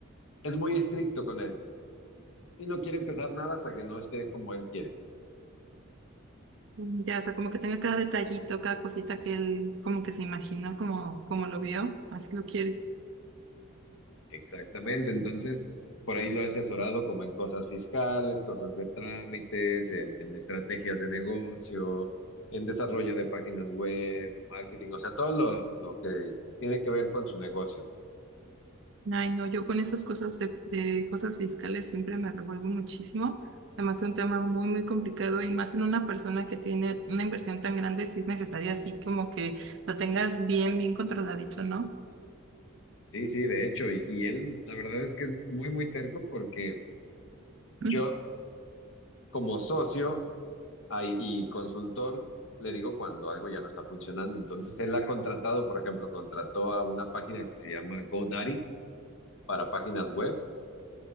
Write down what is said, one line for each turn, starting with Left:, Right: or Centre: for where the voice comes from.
Left: es muy estricto con él y no quiere empezar nada hasta que no esté como él quiere.
Right: Mm, Ya, o sea, como que tenga cada detallito, cada cosita que él como que se imaginó, como, como lo vio, así lo quiere.
Left: Exactamente, entonces por ahí lo he asesorado como en cosas fiscales, cosas de trámites, en, en estrategias de negocio, en desarrollo de páginas web, marketing, o sea, todo lo, lo que tiene que ver con su negocio.
Right: Ay, no, yo con esas cosas de, de cosas fiscales siempre me revuelvo muchísimo. Se me hace un tema muy, muy complicado y más en una persona que tiene una inversión tan grande, si es necesaria así como que lo tengas bien, bien controladito, ¿no?
Left: Sí, sí, de hecho, y, y él la verdad es que es muy, muy terco porque yo
Right: Mm.
Left: como socio ay, y consultor le digo cuando algo ya no está funcionando. Entonces él ha contratado, por ejemplo, contrató a una página que se llama GoDaddy para páginas web